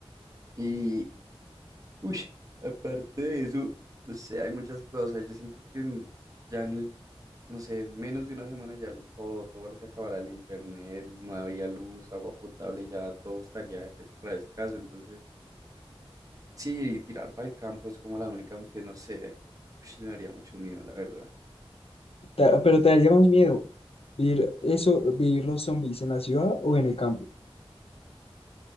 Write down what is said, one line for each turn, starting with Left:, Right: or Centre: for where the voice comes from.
Right: Y, uy, aparte de eso, no sé, hay muchas cosas, yo siento que en- ya en el no sé, menos de una semana ya todo, todo se acabará el internet, no habría luz, agua potable, ya todo estaría que es re escaso. Entonces, sí, y tirar para el campo es como la única, aunque no sé, ush, me haría mucho miedo, la verdad.
Left: ta- pero te daría más miedo. Vivir eso, vivir los zombies en la ciudad o en el campo.